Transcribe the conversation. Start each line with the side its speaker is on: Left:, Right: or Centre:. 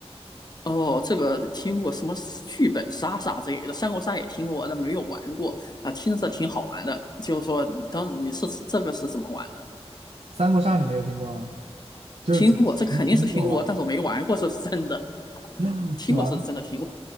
Left: 哦，这个听过什么剧本杀啥之类的，三国杀也听过，但没有玩过啊。听着挺好玩的，就是说，当你是这个是怎么玩的呢？
Right: 三国杀你没有听过吗？就是只只听过吗？
Left: 听过，这肯定是听过，但是我没玩过，这是真的。<laughs>
Right: <laughs>
Left: 听过是真的听过，
Right: 是吧？